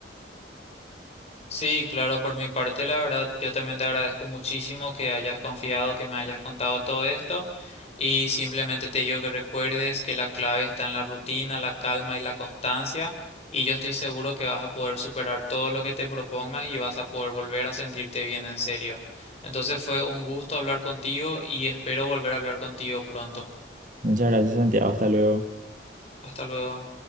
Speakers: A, on the left; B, on the right.
A: Sí, claro, por mi parte, la verdad, yo también te agradezco muchísimo que hayas confiado, que me hayas contado todo esto y simplemente te digo que recuerdes que la clave está en la rutina, la calma y la constancia y yo estoy seguro que vas a poder superar todo lo que te propongas y vas a poder volver a sentirte bien en serio. Entonces fue un gusto hablar contigo y espero volver a hablar contigo pronto.
B: Muchas gracias, Santiago. Hasta luego.
A: Hasta luego.